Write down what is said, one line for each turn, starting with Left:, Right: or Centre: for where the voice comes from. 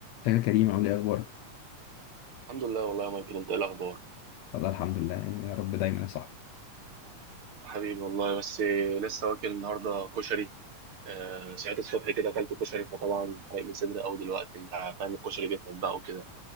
Left: يا كريم عامل ايه اخبارك
Right: الحمد لله والله يا مايكل انت ايه الاخبار
Left: والله الحمد لله يعني يا رب دايما يا صاحبي
Right: حبيبي والله بس لسه واكل النهارده كشري آه ساعات الصبح كده اكلت كشري فطبعا حرق لي صدري قوي دلوقتي انت فاهم الكشري بيتعب بقى وكده